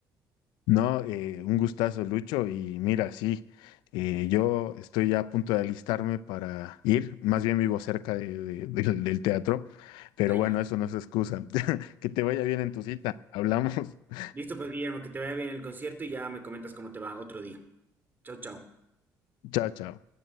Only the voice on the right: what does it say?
Ah, ya.
Listo, pues Guillermo, que te vaya bien el concierto y ya me comentas cómo te va otro día. Chao, chao.